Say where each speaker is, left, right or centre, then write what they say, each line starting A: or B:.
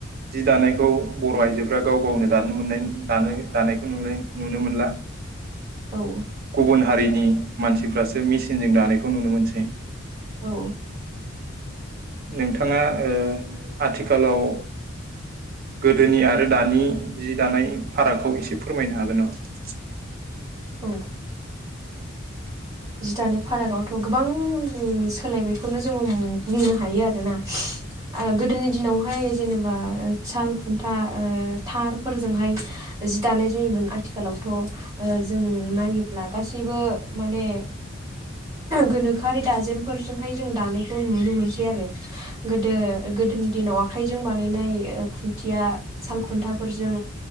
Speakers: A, on the right (about 50°); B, on the right (about 30°).
A: जि दानायखौ बर' आइजोफ्रा गाव गावनो दानो मोननाय दानाय दानायखौ नु नुनो मोनला
B: औ
A: गुबुन हारिनि मानसिफ्रासो मेचिनजों दानायखौ नुनो मोनसै
B: औ
A: नोंथाङा ओ आथिखालाव गोदोनि आरो दानि जि दानाय फारागखौ एसे फोरमायनो हागोन नामा?
B: औ ओ जि दानाय फारागआवथ' गोबां सोलायनायखौनो जोङो बुंनो हायो आरोना ओ गोदोनि दिनावहाय जेनेबा साल खुन्था थारफोरजोंहाय जि दानाय जायोमोन आथिखालावथ' जों नायोब्ला गासैबो माने गोनोखोआरि दाजेमफोरजोंहाय जों दानायखौ नुनो मोनसै आरो गोदो गोदोनि दिनाव आखाइजों बानायनाय खुन थिआ सालखुन्थाफोरजों